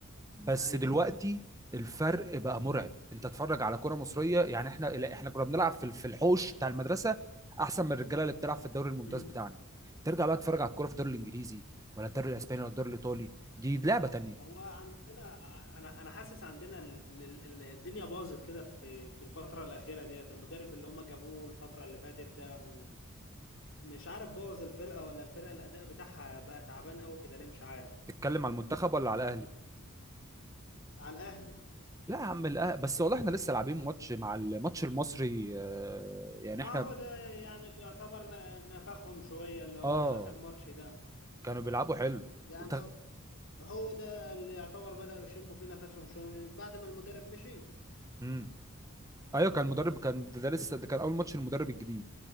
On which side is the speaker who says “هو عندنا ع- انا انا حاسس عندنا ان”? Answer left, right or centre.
Left